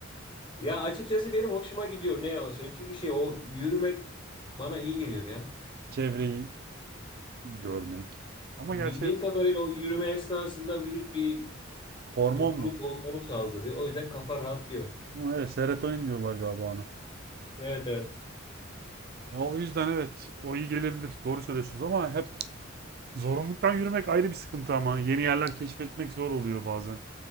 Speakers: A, on the left (about 25°); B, on the right (about 50°).
A: Ya açıkçası benim hoşuma gidiyor ne yalan söyleyeyim. Çünkü şey o yürümek bana iyi geliyor ya.
B: Çevreyi görmek. Ama
A: Bildiğim
B: gerçi
A: kadarıyla o yürüme esnasında vücut bir
B: hormon
A: mutluluk
B: mu?
A: hormonu salgılıyor. O yüzden kafa rahatlıyor.
B: Hı, Evet, serotonin diyorlar galiba ona.
A: Evet evet.
B: Ya o yüzden evet o iyi gelebilir. Doğru söylüyorsunuz ama hep zorunluluktan yürümek ayrı bir sıkıntı ama yeni yerler keşfetmek zor oluyor bazen.